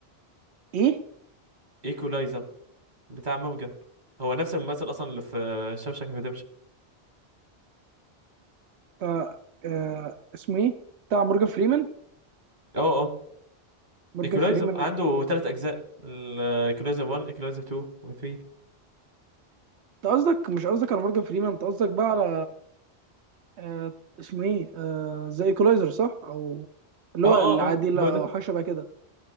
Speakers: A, on the right; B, on the right.
A: ايه
B: ايكولايزر بتاع موجن هو نفس الممثل اصلا اللي في شاوشانك ريديمشن
A: آه آه اسمه ايه بتاع مورجان فريمان
B: اه اه
A: مورجان
B: ايكولايزر
A: فريمان
B: عنده ثلاث اجزاء ايكولايزر 1 ايكولايزر 2 و 3
A: انت قصدك مش قصدك على مورجان فريمان انت قصدك بقى على آه اسمه ايه آه زي ايكولايزر صح او اللي
B: اه
A: هو
B: اه
A: العادله
B: اه هو ده
A: او حاجه شبه كده